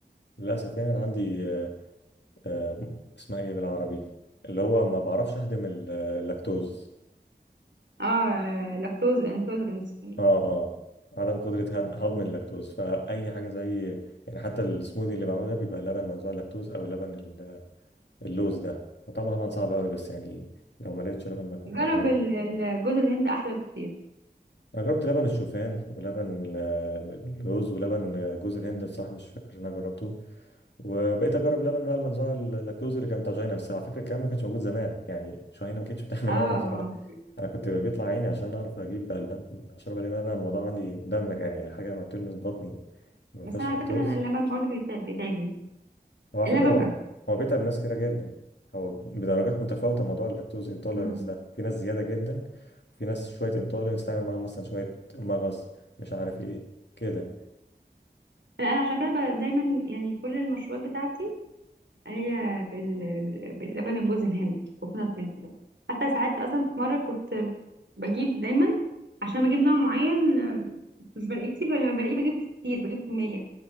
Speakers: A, on the left (about 75°); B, on the right (about 90°).
A: للاسف يعني انا عندي آه، آه، اسمها ايه بالعربي اللي هو ما بعرفش اهضم ال- اللاكتوز
B: اه لاكتوز انتولرنس
A: اه اه عدم قدره هض- هضم اللاكتوز فاي حاجه زي يعني حتى السموذي اللي بعمله ده بيبقى لبن منزوع لاكتوز او لبن ال- اللوز ده وطعمه طبعا صعب قوي بس يعني لو ما لقيتش لبن مك-
B: جرب
A: منزوع
B: ال- ال- جوز الهند أحلى بكتير
A: انا جربت لبن الشوفان ولبن ال- الرز ولبن جوز الهند بصراحه مش فاكر ان انا جربته وبقيت اجرب لبن بقى المنزوع اللاكتوز اللي كان بتاع جهينه بس على فكره الكلام ده ما كانش موجود زمان يعني جهينه ما كانتش <laughs> بتعمل
B: اه
A: لبن منزوع ده انا كنت بيطلع عيني عشان اعرف اجيب بقى اللبن اشربه لان انا الموضوع عندي مدمر يعني الحاجه لما بتلمس بطني ما
B: بس
A: فيهاش
B: أنا على
A: لاكتوز
B: فكرة أنا اللبن برضه بيتع- بيتعبني
A: هو على
B: اللبن
A: فكرة هو
B: بس
A: هو بيتعب ناس كتيرة جدا هو بدرجات متفاوتة موضوع اللاكتوز انتولرنس
B: مم.
A: ده في ناس زيادة جدا وفي ناس شوية انتولرنس تعمل معاهم مثلا شوية مغص مش عارف ايه كده
B: لا أنا عشان كده ب- دايما يعني كل المشروبات بتاعتي هي بال... باللبن جوز الهند كوكونات ميلك ده حتى ساعات اصلا في مره كنت بجيب دايما عشان بجيب نوع معين آه، مش بلاقيه كتير ولا لما بلاقيه بجيب كتير بجيب كميه